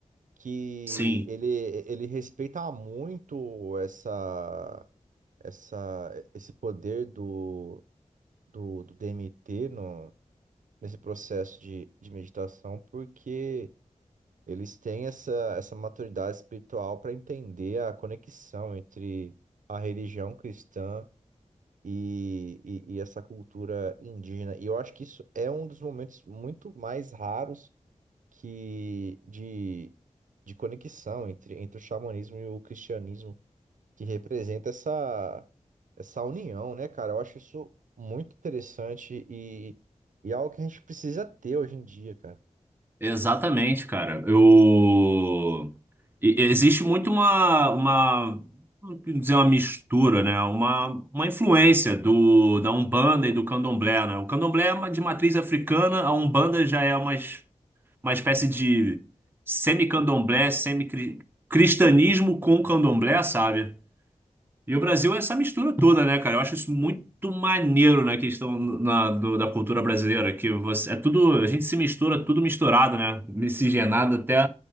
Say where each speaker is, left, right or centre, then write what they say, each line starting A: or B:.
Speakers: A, on the right; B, on the right.
A: que
B: Sim.
A: ele, ele respeita muito essa... essa, esse poder do, do, do DMT no, nesse processo de, de meditação, porque eles têm essa, essa maturidade espiritual para entender a conexão entre a religião cristã e, e, e essa cultura indígena. E eu acho que isso é um dos momentos muito mais raros que de, de conexão entre, entre o xamanismo e o cristianismo que representa essa, essa união, né, cara? Eu acho isso muito interessante e, e algo que a gente precisa ter hoje em dia, cara.
B: Exatamente, cara. Eu... e- Existe muito uma, uma, não quero dizer uma mistura, né? Uma, uma influência do, da Umbanda e do Candomblé, né? O Candomblé é uma- de matriz africana, a Umbanda já é uma, es- uma espécie de semi-candomblé, semi-cristianismo com candomblé, sabe? E o Brasil é essa mistura toda, né, cara? Eu acho isso muito maneiro na questão na- do- da cultura brasileira, que você, é tudo, a gente se mistura, tudo misturado, né? Miscigenado até